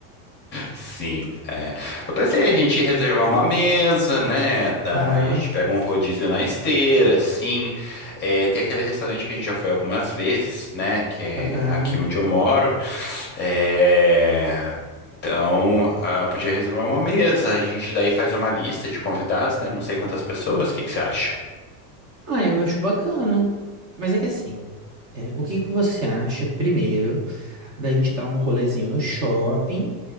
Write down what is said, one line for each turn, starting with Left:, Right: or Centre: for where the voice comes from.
Left: Sim, é. Eu pensei a gente reservar uma mesa, né? Daí
Right: Aham,
Left: a gente pega um rodízio na esteira, assim. É, tem aquele restaurante que a gente já foi algumas vezes, né? Que é
Right: bacana.
Left: aqui onde eu moro. É, Então, ah, podia reservar uma mesa. A gente daí faz uma lista de convidados, né? Não sei quantas pessoas. O que que você acha?
Right: Ah, eu acho bacana. Mas é que assim, é, o que que você acha primeiro da gente dar um rolezinho no shopping?